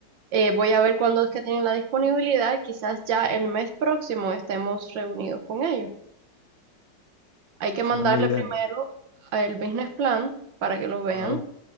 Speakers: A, on the right (about 80°); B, on the left (about 60°).
A: Eh, voy a ver cuándo es que tienen la disponibilidad. Quizás ya el mes próximo estemos reunidos con ellos. Hay que
B: Suena
A: mandarle
B: muy bien,
A: primero el business plan para que lo vean
B: claro.